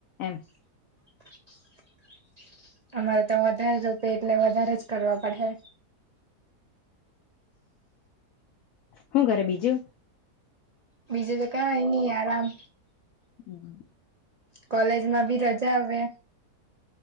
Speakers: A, on the left; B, on the right.
A: એમ
B: <inaudible> અમારે તો વધારે રૂપે એટલે વધારે જ કરવા પડે
A: હું ઘરે બીજું
B: બીજે જ ત કાઇ ની આરામ
A: હમ
B: કોલેજમાં બી રજા આવે